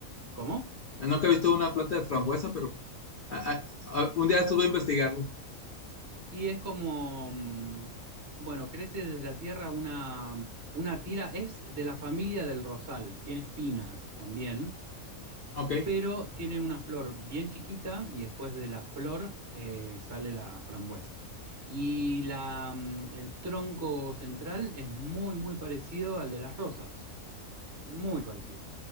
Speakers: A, on the right; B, on the left.
A: ¿Cómo?
B: Nunca he visto una planta de frambuesa, pero a- a- a- un día de estos voy a investigarlo.
A: Y es como, mm, bueno, crece desde la tierra una, mm, una tira, es de la familia del rosal, tiene espinas también,
B: Ok.
A: pero tiene una flor bien chiquita y después de la flor eh, sale la frambuesa. Y la, mm, el tronco central es muy, muy parecido al de las rosas, muy parecido.